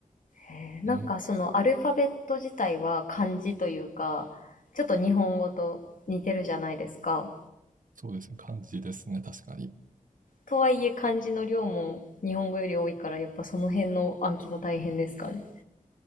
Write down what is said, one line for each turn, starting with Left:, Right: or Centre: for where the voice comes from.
Left: えーなんかそのアルファベット自体は漢字というか、
Right: うん
Left: ちょっと日本語と似てるじゃないですか。
Right: そうですね、感じですね、確かに。
Left: とはいえ漢字の量も日本語より多いから、やっぱその辺の暗記も大変ですかね。